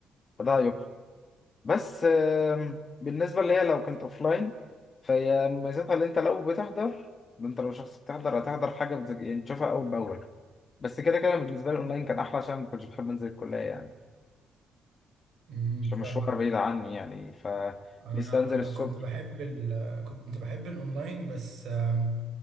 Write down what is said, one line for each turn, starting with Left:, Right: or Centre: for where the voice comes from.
Left: فده عيوبها بس آم، بالنسبة ليا لو كنت اوفلاين فهي ميزتها اللي انت لو بتحضر ده انت لو شخص بتحضر هتحضر حاجة بتذاك- يعني تشوفها اول باول بس كده كده بالنسبة لي اونلاين كان احلى عشان ما كنتش بحب انزل الكلية يعني
Right: امم
Left: عشان
Right: فاهمك
Left: مشوارها بعيد عني يعني فلسه
Right: انا
Left: انزل الصبح
Right: كنت بحب ال... كنت بحب الاونلاين بس آم،